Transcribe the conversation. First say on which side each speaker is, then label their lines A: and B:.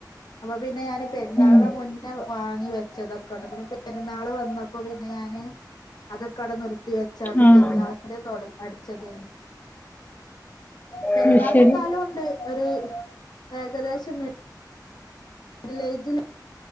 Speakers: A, on the left; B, on the left.
A: അപ്പൊ പിന്നെ ഞാന് പെരുന്നാളിന്
B: ഉം
A: മുന്നേ വാങ്ങി വെച്ച് വെച്ചതക്കെണ്ട് പിന്നെ പെരുന്നാള് വന്നപ്പോ പിന്നെ ഞാന് അതൊക്കെ ആടെ നിർത്തി വെ ച്ചാണ്ട്
B: ആഹ്
A: പെരുന്നാളിന്റെ തൊട് അടിച്ചതെനി പെരുന്നാളിന്
B: അത് ശരി
A: എന്നാലുണ്ട് ഒരു ഏകദേശം വില്ലേജിൽ